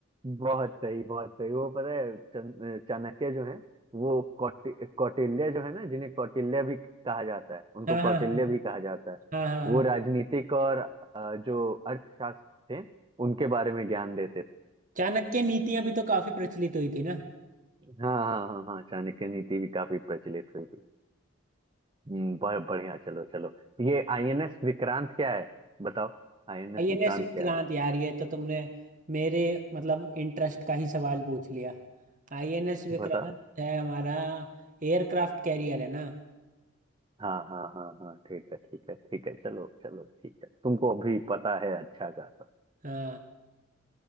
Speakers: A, on the right; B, on the right.
A: बहुत सही बहुत सही वो पता है चन- चाणक्य जो है वो कौटि, कौटिल्य जो है ना जिन्हें कौटिल्य भी कहा जाता है उनको
B: हाँ हाँ
A: कौटिल्य भी कहा जाता है
B: हाँ हाँ हाँ
A: वो
B: हाँ
A: राजनीतिक और अ, जो अर्थशास्त्र थे उनके बारे में ज्ञान देते थे
B: चाणक्य नीतियां भी तो काफी प्रचलित हुई थी ना
A: हाँ हाँ हाँ हाँ चाणक्य नीति भी काफी प्रचलित हुई थी हम्म, ब- बढ़िया चलो चलो ये आईएनएस विक्रांत क्या है बताओ आईएनएस
B: आईएनएस
A: विक्रांत
B: विक्रांत
A: क्या है
B: यार ये तो तुमने मेरे मतलब इंटरेस्ट का ही सवाल पूछ लिया आईएनएस विक्रांत
A: बताओ
B: है हमारा एयरक्राफ्ट कैरियर है ना
A: हाँ हाँ हाँ हाँ ठीक है ठीक है ठीक है चलो चलो ठीक है तुमको अभी पता है अच्छा खासा
B: हाँ